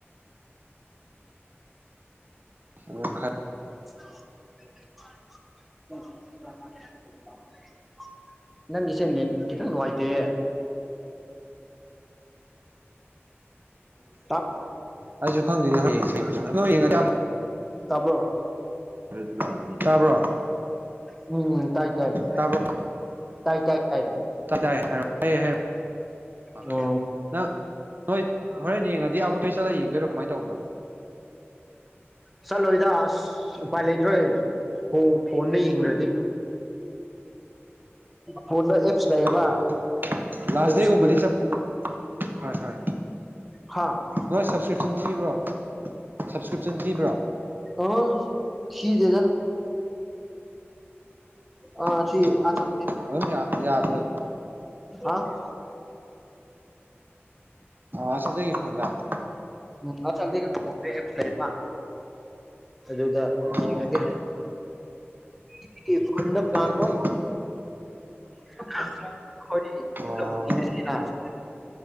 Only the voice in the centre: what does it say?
ꯎ
<unintelligible> ꯑ <unintelligible> ꯎꯝ <unintelligible> <inaudible> ꯅꯪꯒꯤꯁꯦ ꯅꯦꯠ ꯈꯤꯇꯪ ꯅꯨꯡꯉꯥꯏꯇꯦ ꯇꯞ
ꯇꯕꯣ
ꯎꯝ ꯇꯥꯏ ꯇꯥꯏ
ꯇꯥꯏ ꯇꯥꯏ ꯇꯥꯏ
ꯑꯣ
ꯆꯠꯂꯣꯏꯗ ꯑꯁ ꯎꯄꯥꯏ ꯂꯩꯇ꯭ꯔꯦ ꯍꯣ ꯐꯣꯟꯗ ꯌꯦꯡ꯭ꯔꯗꯤ ꯐꯣꯟꯗ ꯑꯦꯞꯁ ꯂꯩꯌꯦꯕ
ꯑꯦꯞꯁꯇꯒꯤ
ꯍꯥꯥ
ꯑ ꯁꯤꯤꯗꯦꯗ ꯑ
ꯁꯤ ꯑꯆꯥ
ꯑ <unintelligible>
ꯎꯝ ꯑꯗꯨꯗ ꯌꯦꯡꯉꯒꯦꯟꯗ
ꯄ꯭ꯂꯥꯟ
<unintelligible>
<inaudible>